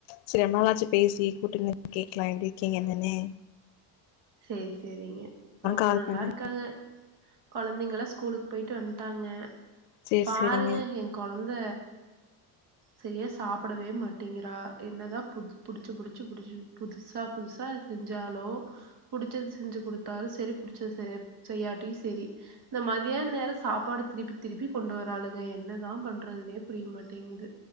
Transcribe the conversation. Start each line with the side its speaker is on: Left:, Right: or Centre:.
Left: செரி ரொம்ப நாளாச்சு பேசி கூப்ட்டு இன்னைக் கேக்லா எப்டி இருக்கிங்க என்னனு
Right: செரி செரிங்க ஓ
Left: கால்
Right: நல்லா
Left: பண்ணே
Right: இருக்காங்க கொழந்தைங்க எல்லா ஸ்கூலுக்கு போயிட்டு வன்ட்டாங்க
Left: சேரி
Right: பாருங்க
Left: சேரிங்க
Right: எ கொழந்த சரியா சாப்டவே மாட்டேங்கிறா என்னதா பு புடிச்சி புடிச்சி புடிச்சி புதுசா புதுசா செஞ்சாலு புடிச்சது செஞ்சு குடுத்தாலு செரி புடிச்சது செய்ய செய்யாட்டியு செரி இந்த மத்யான நேர சாப்பாடு திருப்பி திருப்பி கொண்டு வராளுங்க என்னதா பண்றதுனே புரியமாட்டேங்கிது